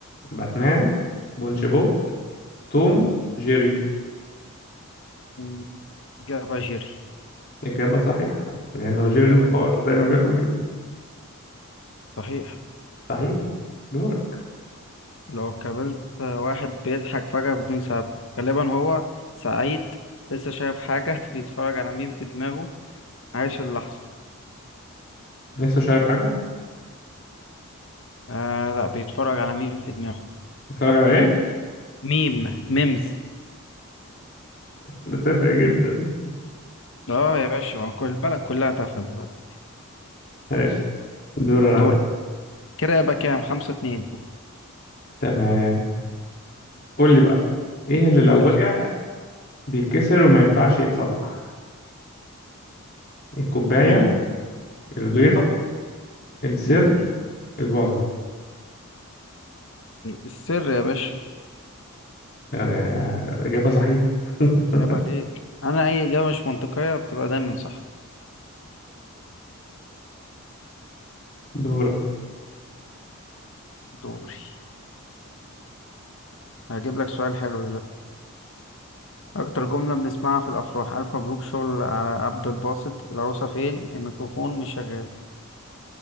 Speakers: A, on the left (about 45°); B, on the left (about 60°).
A: باتمان
B: مم.
A: سبونج بوب توم
B: مم.
A: جيري
B: مم. إجابة جيري
A: إجابة صحيحة لأنه جيري
B: إجابة
A: الفار
B: جيري.
A: ودايما بياكل جبنة
B: صحيح
A: صحيح دورك
B: لو قابلت واحد بيضحك فجأة بدون سبب غالبا هو سعيد لسه شايف حاجة <laughs> بيتفرج على ميم في دماغه عايش اللحظة
A: لسه شارب حاجة؟
B: آه لا بيتفرج على ميم في دماغه
A: بتتفرج على ايه؟
B: ميم ميمز
A: بتفرق جدا
B: اه يا باشا ما كل البلد كلها تافهة دلوقتي
A: ماشي دور انا
B: دور
A: بقى
B: كده يبقى كام خمسة اتنين
A: تمام قول لي بقى ايه اللي لو
B: قول
A: وقع بيتكسر وما ينفعش يتصلح الكوباية
B: مم.
A: البيضة
B: مم.
A: السر
B: مم.
A: الفازة
B: السر يا باشا
A: يعني آه، إجابة صحيحة <laughs>
B: عيب عليك انا اي اجابه مش منطقيه بتبقى دايما صح
A: دورك
B: دوري هجيب لك سؤال حلو دلوقتي اكتر جمله بنسمعها في الافراح الف مبروك شغل على عبد الباسط العروسه فين الميكروفون مش شغال